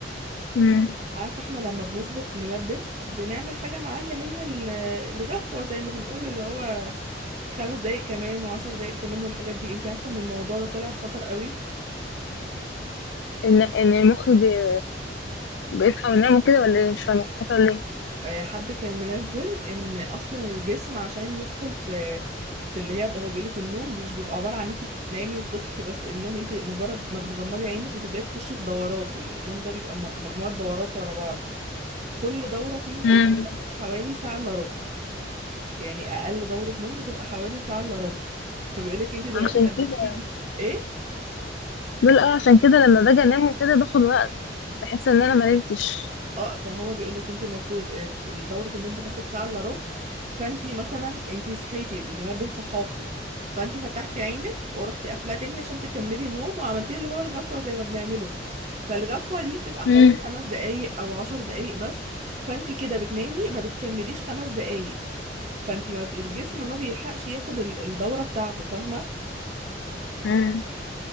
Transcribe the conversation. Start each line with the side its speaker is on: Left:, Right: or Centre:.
Left: امم
Right: عارفة احنا لما بنظبط منبه بنعمل حاجة معاه اللي هي ال- الغفوة زي ما بنقول اللي هو خمس دقايق كمان وعشر دقايق كمان والحاجات دي انت عارفة ان الموضوع ده طلع خطر قوي
Left: ان ان المخ بي... بيصحى وينام وكده ولا ايه مش فاهمه خطر ليه
Right: اه، حد كان منزل ان اصلا الجسم عشان يدخل في في اللي هي هو بيقولك النوم مش بيبقى عبارة عن انت بتنامي وبتصحي بس النوم انت مجرد ما بتغمضي عينك بتبداي تخشي في دورات يعني النوم ده بيبقى م- مجموعة دورات ورا بعض كل دورة فيهم
Left: مم.
Right: بتاخد حوالي ساعة الا ربع يعني اقل دورة نوم بتبقى حوالي ساعة الا ربع فبيقولك انت دلوقتي
Left: عشان
Right: لما
Left: كده
Right: بتيجي ايه
Left: بقول اه عشان كده لما باجي انام وكده باخد وقت بحس ان انا ما نمتش
Right: اه فهو بيقولك انت المفروض آه، دورة النوم بتاخد ساعة الا ربع فانت مثلا انت صحيتي المنبه صحاكي فانت فتحتي عينك ورحتي قافلاه تاني عشان تكملي النوم وعملتي اللي هو الغفوة زي ما بنعمله فالغفوة دي بتبقى حوالي
Left: مم.
Right: خمس دقايق او عشر دقايق بس فانت كده بتنامي ما بتكمليش خمس دقايق فانت ما الجسم ما بيلحقش ياخد ال- الدورة بتاعته فاهمة
Left: مم.